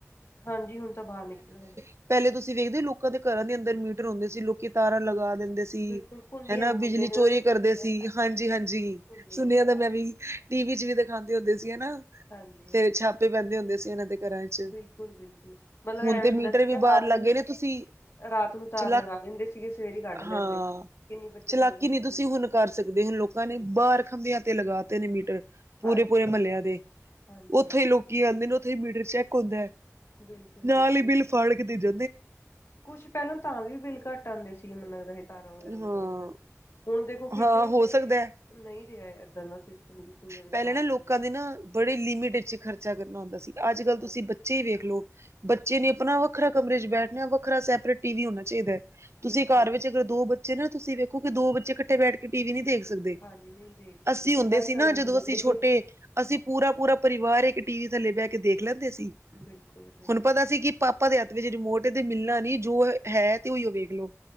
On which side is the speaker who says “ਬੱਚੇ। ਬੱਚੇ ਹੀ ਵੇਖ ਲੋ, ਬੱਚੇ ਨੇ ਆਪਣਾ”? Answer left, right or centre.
Right